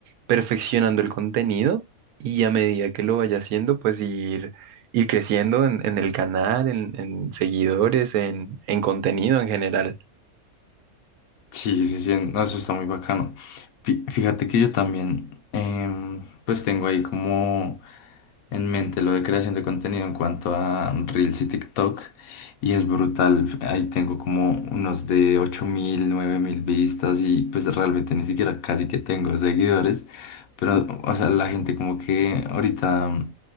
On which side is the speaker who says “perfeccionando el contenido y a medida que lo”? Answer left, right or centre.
Right